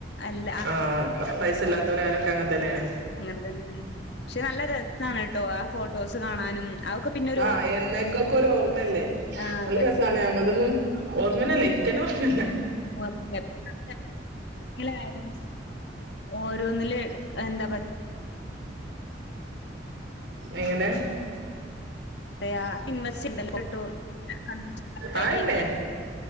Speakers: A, on the left; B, on the right.
A: അല്ല
B: ആഹ്
A: ആ
B: പൈസ ഇല്ലാത്തവരായാലൊക്കെ അങ്ങനെ തന്നെണ്.
A: അങ്ങനെ തന്നെയാണ് ക്ഷെ നല്ല രസാണ് ട്ടോ ആ ഫോട്ടോസ് കാണാനും അതൊക്കെ പിന്നൊരു
B: ആഹ്
A: ഓ
B: എന്നക്കൊക്കെ ഒരു ഓർമ്മല്ലേ
A: ആഹ്
B: നല്ല
A: അതെ
B: രസാണ് ഞമ്മൾതൊന്നും ഓർമേനല്ല ഇൻക്കന്നെ ഓർമല്ല
A: ഓർമയില്ല <unintelligible> ആയാലും ഓരോന്ന്ല് എന്താ പ
B: എങ്ങനെ?
A: യാ ഇമ്മച്ചിണ്ടല്ലോ ട്ടോ <unintelligible> കരി
B: ആയെന്നെ
A: എഴുതി